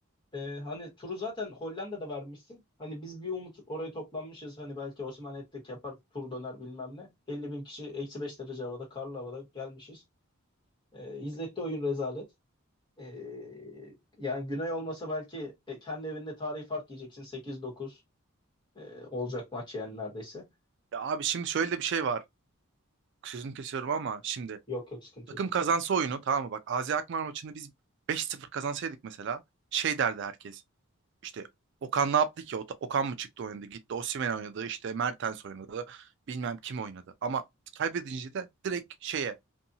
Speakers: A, on the left; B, on the right.
A: e, hani turu zaten Hollanda'da vermişsin. Hani biz bir umut oraya toplanmışız. Hani belki Osimhen hat yapar, tur döner bilmem ne. 50 bin kişi eksi 5 derece havada, karlı havada gelmişiz. Ee, izletti oyun rezalet. Ee, yani Güney olmasa belki e, kendi evinde tarihi fark yiyeceksin. Sekiz dokuz e, olacak maç yani neredeyse.
B: Ya abi şimdi şöyle de bir şey var. Sözünü kesiyorum ama şimdi
A: Yok yok sıkıntı
B: Takım
A: yok.
B: kazansa oyunu tamam mı? Bak AZ Alkmaar maçını biz 5-0 kazansaydık mesela şey derdi herkes. İşte Okan ne yaptı ki? O- Okan mı çıktı oynadı? Gitti Osimhen oynadı. işte Mertens oynadı. Bilmem kim oynadı. Ama kaybedince de direkt şeye